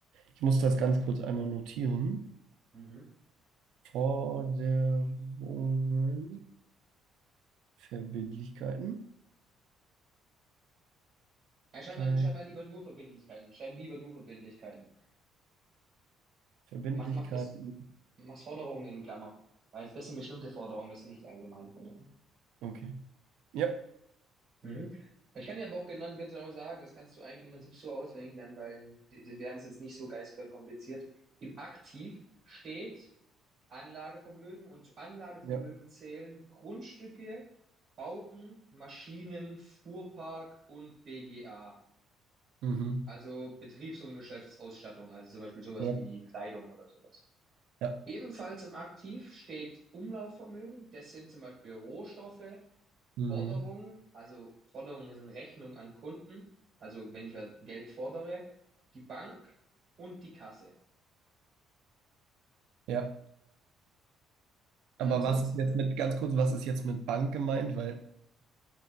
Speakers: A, on the right; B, on the right.
A: Ich muss das ganz kurz einmal notieren.
B: Mhm.
A: Forderungen, Verbindlichkeiten.
B: Ja, schreib
A: Kein
B: mal, schreib mal lieber nur Verbindlichkeiten. Schreib lieber nur Verbindlichkeiten.
A: Verbindlichkeiten.
B: Mach, mach das, mach Forderungen in Klammer. Weil das sind bestimmte Forderungen, das sind nicht die allgemeinen Forderungen.
A: Okay. Ja,
B: Mhm. Ich kann dir aber auch genau, ganz genau sagen, das kannst du eigentlich im Prinzip so auswendig lernen, weil die- die- wir haben es jetzt nicht so geistig kompliziert. Im Aktiv steht Anlagevermögen und zu Anlagevermögen
A: ja.
B: zählen Grundstücke, Bauten, Maschinen, Fuhrpark und BGA.
A: Mhm.
B: Also Betriebs- und Geschäftsausstattung, also zum Beispiel sowas
A: Ja,
B: wie Kleidung oder sowas.
A: ja.
B: Ebenfalls im Aktiv steht Umlaufvermögen. Das sind zum Beispiel Rohstoffe,
A: Mhm.
B: Forderungen, also Forderungen sind Rechnungen an Kunden, also wenn ich was Geld fordere, die Bank und die Kasse.
A: Ja.
B: Und
A: Aber
B: ansonsten,
A: was ist jetzt mit, ganz kurz, was ist jetzt mit Bank gemeint? Weil